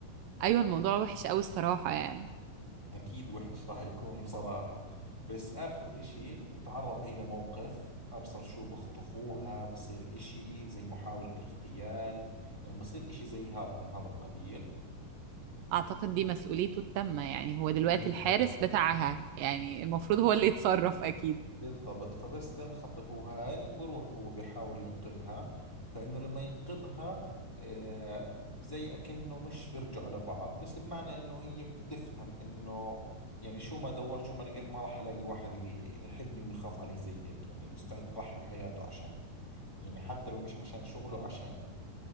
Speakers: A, on the right; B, in the centre.
A: فأيوه الموضوع وحِش أوي الصراحة يعني،
B: أكيد وحش راح يكون بصراحة بس آخر إشي بتتعرض هي لموقف أبصر شو بخطفوها بصير إشي زي محاولة اغتيال يعني بصير إشي زي هذا من هذا القبيل
A: أعتقد دي مسؤوليته التامة يعني، هو دلوقتي
B: بالضبط
A: الحارس بتاعها، يعني المفروض هو اللي يتصرّف أكيد.
B: بالضبط فبس تنخطفه هاي بروح هو بحاول ينقذها فإنه لما ينقذها آه، زي أكنه مش بيرجعوا لبعض بس بمعنى إنه هي بتفهم إنه يعني شو ما دورت شو ما لقيت ما راح ألاقي واحد يحبني ويخاف علي زي هيك يعني مستعد يضحي بحياته عشان يعني حتى لو مش عشان شغله عشان